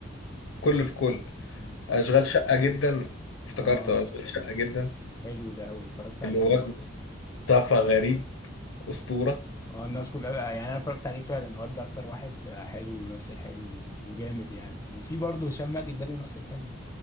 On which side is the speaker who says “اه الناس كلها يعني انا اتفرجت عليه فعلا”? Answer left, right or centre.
Left